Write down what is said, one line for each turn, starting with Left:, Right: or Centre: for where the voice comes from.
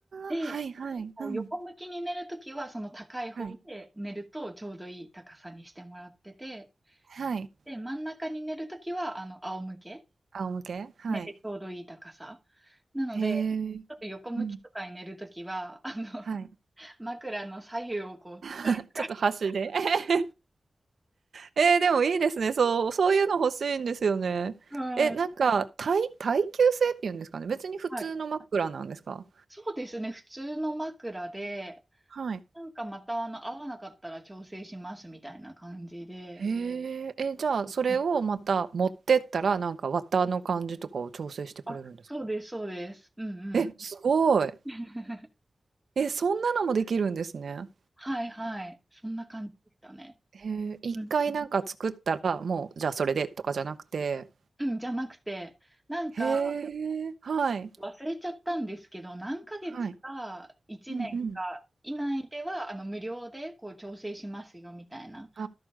Centre: で、
Right: あ、はいはい、
Centre: こう横向きに寝るときは、
Right: うん、
Centre: その高い方で寝るとちょうどいい高さにしてもらってて、
Right: はい、はい。
Centre: で、真ん中に寝るときは、あの、仰向け、
Right: 仰向けはい。
Centre: 寝てちょうどいい高さ。なので、
Right: へえ、
Centre: ちょっと横向きとかに寝るときは、
Right: うん、
Centre: あの、
Right: はい。
Centre: <laughs> 枕の左右をこう使い、
Right: <laughs> ちょっと箸で。<laughs> えー、でもいいですね。そう、そういうの欲しいんですよね。
Centre: うん、
Right: え、なんか、耐、耐久性っていうんですかね。別に普通の枕なんですか
Centre: はい。そうですね、普通の枕で、
Right: はい。
Centre: なんかまたあの、合わなかったら調整しますみたいな感じで。
Right: へえ、え、じゃあ、それをまた持ってったら、
Centre: うん
Right: なんか綿の感じとかを調整してくれるんですか
Centre: あ、そうです、そうです。うんうん。
Right: え、すごい。
Centre: <laughs>
Right: え、そんなのもできるんですね。
Centre: はいはい。そんな感じでしたね。
Right: へえ、一回なんか作ったら、
Centre: うんうん
Right: もう、じゃあそれでとかじゃなくて、
Centre: うん、じゃなくて、なんか
Right: へえ、はい、
Centre: 忘れちゃったんですけど、何ヶ月か1年か以内では、
Right: はい。うんうん。
Centre: あの、無料でこう調整しますよ、みたいな
Right: あ